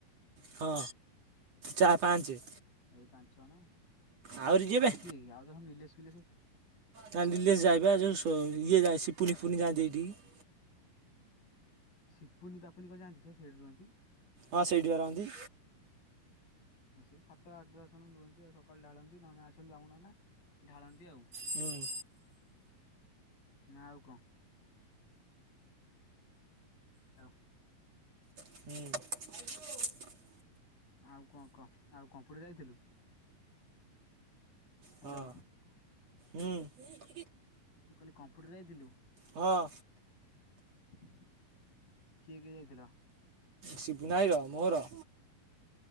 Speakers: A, on the right; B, on the left.
A: ହଁ ଚା ପାଞ୍ଚେ।
B: ଏଇ ପାଞ୍ଚ ଛ ଜଣ
A: ଆହୁରି ଯିଏ ବେ
B: ଆଉ କିଏ କି ଆଉ ତ ନିଲେଶ୍, ଫିଲେଶ୍
A: ହଁ ନିଲେଶ୍ ଯାଏପା ଯଉ ଇଏ ଯାଏ ସିପୁନି ଫିପୁନି ଯାଆନ୍ତି ହେଇଠିକି।
B: ସିପୁନି, ପାପୁନି କଣ ଯାଆନ୍ତି ସିଏପା ସେଇଠି ରୁହନ୍ତି।
A: ହଁ ସେଇଠିପା ରହନ୍ତି।
B: ହ <inaudible> ସେଇ ସାତ ଆଠ ଦଶ ଜଣ ରୁହନ୍ତି ଆଉ ସକାଳୁ ଢାଳନ୍ତି ନନା ଆସନ୍ତି ବ୍ରାହ୍ମଣ ନନା ଢାଳନ୍ତି ଆଉ।
A: ହୁଁ
B: ନା ଆଉ କ? ଆଉ
A: ହୁଁ। <unintelligible>
B: ଆଉ କଣ କ ଆଉ କମ୍ପ୍ୟୁଟର ଯାଇଥିଲୁ। ହ୍ୟାଲୋ।
A: ହଁ ହୁଁ।
B: ମୁଁ କହିଲି କମ୍ପୁଟରରେ ଯାଇଥିଲୁ?
A: ହଁ।
B: କିଏ କିଏ ଯାଇଥିଲ?
A: ଶିବୁନା ଭାଇର ମୋର